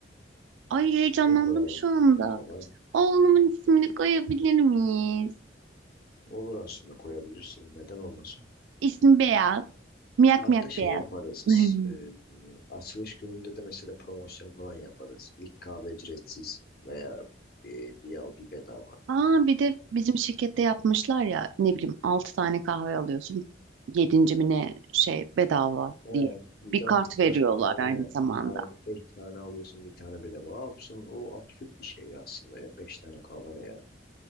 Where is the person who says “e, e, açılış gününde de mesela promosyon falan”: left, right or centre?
Left